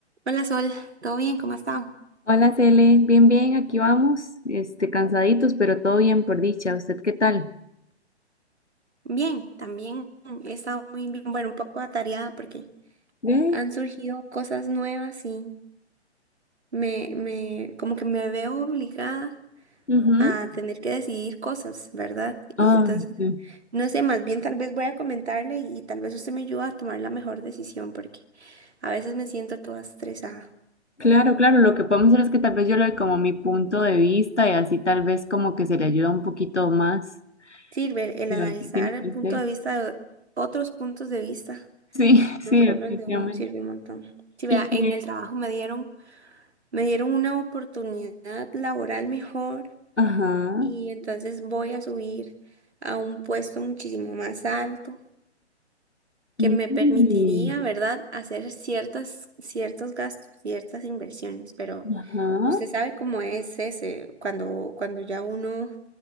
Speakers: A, on the right; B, on the left.
A: Hola Sol, ¿todo bien? ¿Cómo has estado?
B: Hola, Cele. Bien, bien, aquí vamos. Este, cansaditos, pero todo bien por dicha. ¿Usted qué tal?
A: Bien, también he estado muy bien, bueno, un poco atareada porque
B: Ve,
A: han surgido cosas nuevas y me, me, como que me veo obligada
B: ujú.
A: a tener que decidir cosas, ¿verdad? Y
B: Ah,
A: entonces,
B: sí.
A: no sé, más bien tal vez voy a comentarle y, y tal vez usted me ayuda a tomar la mejor decisión porque a veces me siento toda estresada.
B: Claro, claro. Lo que podemos hacer es que tal vez yo le doy como mi punto de vista y así tal vez como que se le ayuda un poquito más.
A: Sirve el
B: Pero
A: analizar
B: ahí ¿qué tiene
A: el
B: que
A: punto
B: ser?
A: de vista de otros puntos de vista,
B: Sí, <laughs>
A: no
B: sí,
A: solo
B: definitivamente.
A: el de uno, sirve un montón. Sí, vea,
B: Y que,
A: en el trabajo me dieron Me dieron una oportunidad laboral mejor
B: ajá.
A: y entonces voy a subir a un puesto muchísimo más alto que
B: mm,
A: me permitiría, ¿verdad?, hacer ciertas, ciertos gastos, ciertas inversiones. Pero
B: Ajá.
A: usted sabe cómo es ese, cuando, cuando ya uno